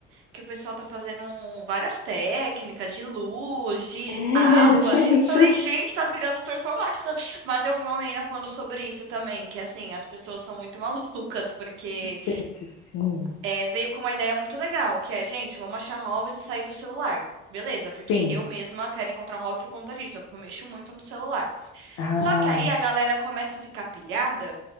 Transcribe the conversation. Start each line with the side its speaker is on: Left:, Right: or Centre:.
Right: que o pessoal tá fazendo várias técnicas de luz, de
Left: <laughs> é,
Right: água.
Left: gente,
Right: Eu falei, gente, tá virando um performático também. Mas eu vi uma menina falando sobre isso também, que assim, as pessoas são muito <laughs> malucas porque
Left: gente, sim,
Right: é, veio com uma ideia muito legal, que é, gente, vamos achar hobbies e sair do celular. Beleza, porque
Left: sim.
Right: eu mesma quero encontrar um hobby por conta disso, eu mexo muito no celular.
Left: Ah.
Right: Só que aí a galera começa a ficar pilhada